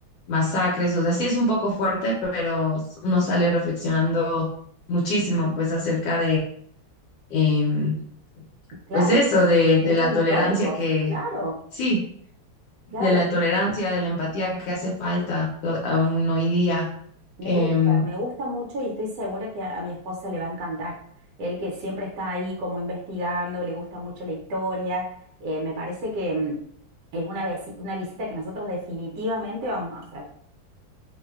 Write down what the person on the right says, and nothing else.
Claro,
son
hechos
históricos,
claro.
Claro,
me
gusta, me gusta mucho y estoy segura que a, a mi esposa le va a encantar. Él que siempre está ahí como investigando, le gusta mucho la historia. eh, me parece que mm, es una, visi- una visita que nosotros definitivamente vamos a hacer.